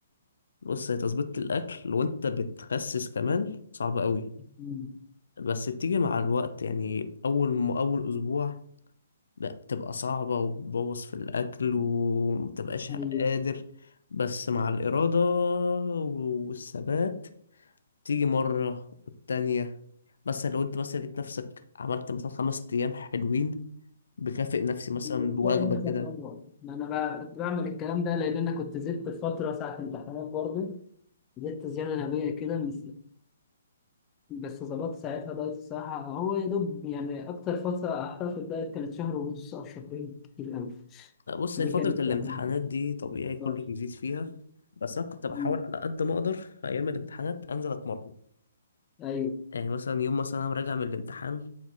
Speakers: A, on the left; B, on the left.
A: بص هي تظبيط الاكل وانت بتخسس كمان صعبه قوي
B: أمم.
A: بس بتيجي مع الوقت يعني اول ما اول اسبوع لا بتبقى صعبه وبتبوظ في الاكل ومتبقاش
B: أيوه
A: قادر بس مع الاراده والثبات تيجي مرة والتانية مثلا لو انت مثلا لقيت نفسك عملت مثلا خمس ست أيام حلوين بكافئ نفسي مثلا
B: بتلاقي
A: بوجبة
B: نفسك
A: كده
B: أمور ما أنا بقى كنت بعمل الكلام ده لأن أنا كنت زدت فترة ساعة امتحانات برضه زدت زيادة غبية كده من بس ظبطت ساعتها دايت الصراحة هو يا دوب يعني أكتر فترة قعدتها في الدايت كانت شهر ونص أو شهرين كتير أوي
A: بص
B: دي
A: هي فترة
B: كانت
A: الامتحانات
B: واحدة من-
A: دي طبيعي كله
B: آه.
A: بيزيد فيها بس أنا كنت بحاول
B: مم.
A: على قد ما أقدر في أيام الامتحانات أنزل أتمرن
B: أيوه
A: يعني مثلا يوم مثلا أنا راجع من الامتحان